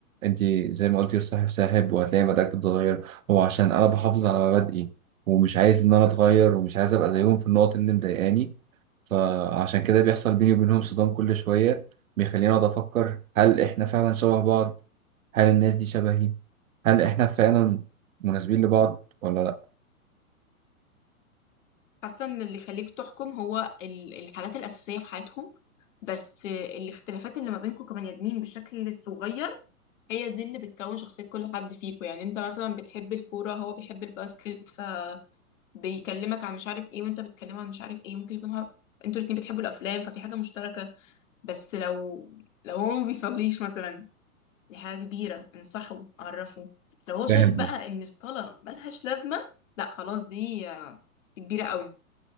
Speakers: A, on the right; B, on the left.
A: انت زي ما قلتي الصاحب ساحب وهتلاقي مبادئك بتتغير هو عشان انا بحافظ على مبادئي ومش عايز ان انا اتغير ومش عايز ابقى زيهم في النقط اللي مضايقاني فعشان كده بيحصل بيني وبينهم صدام كل شويه بيخليني اقعد افكر هل احنا فعلا شبه بعض هل الناس دي شبهي هل احنا فعلا مناسبين لبعض ولا لا
B: حاسة ان اللي يخليك تحكم هو ال- الحاجات الأساسية في حياتهم بس آه، الاختلافات اللي ما بينكم كبني ادمين بشكل صغير هي دي اللي بتكون شخصية كل حد فيكم يعني انت مثلا بتحب الكورة هو بيحب الباسكت ف بيكلمك عن مش عارف ايه وانت بتكلمه عن مش عارف ايه ممكن يكون هو انتوا الاتنين بتحبوا الافلام ففي حاجه مشتركه بس لو لو هو ما بيصليش مثلا دي حاجه كبيره انصحه عرفه لو هو شايف
A: فاهم
B: بقى ان الصلاه ملهاش لازمه لا خلاص دي آه، دي كبيره قوي